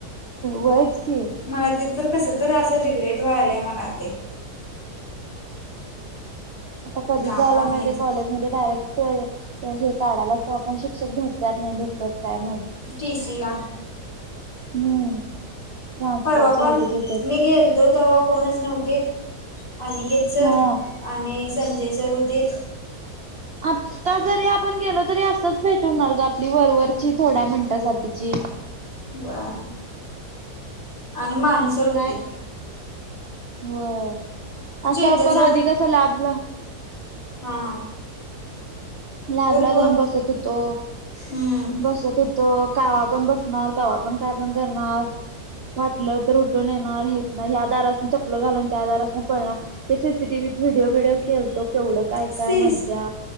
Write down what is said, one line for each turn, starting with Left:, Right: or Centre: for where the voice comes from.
Right: वयच की -
Left: मला ते तर कसं तर असं रिग्रेट व्हायलाय मला ते
Right: आता कधी
Left: का
Right: जायला
Left: का माहित
Right: मिळतय कॉलेज म ते डायरेक्ट हे - हे काढायला तवा पण शिक्षक भेटत्यात नाही भेटत्यात काय माहित?
Left: टि सी ला.
Right: हम्म. ट्रान्सफर
Left: परवा
Right: सर्टिफिकेट
Left: पण मी गेलतो तवा कोणच नव्हतीत अनिकेत सर
Right: हा
Left: आणि संजय सर होतीत.
Right: आत्ता जरी आपण गेलो तरी असच भेट हुणार ग आपली वरवरची थोड्या मिनिटासाठीची.
Left: व्हय आणि मानेसर
Right: असं
Left: होतीत
Right: काय होय असं
Left: चेतन
Right: आपण
Left: सर
Right: आधी कस लॅबला
Left: हा.
Right: लॅब
Left: बोल
Right: ला
Left: बोल
Right: जाऊन बसत होतो
Left: हम्म
Right: बसत होत- तो कावा पण बसणार कवा पण काय पण करणार वाटलं तर उठून येणार हे ह्या दारासन चपलं घालण आणि त्या दारासन पळणार ते सीसीटीव्हीत व्हिडीओ बीडीओ केलतो केवढं. काय
Left: सीस
Right: काय मज्जा